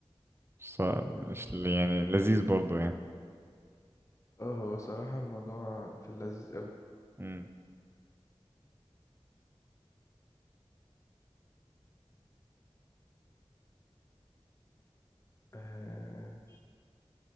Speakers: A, on the right; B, on the left.
A: مش صعب مش ل- يعني لذيذ برضو يعني
B: اه هو صراحة الموضوع في اللذيذ قوي
A: امم
B: آه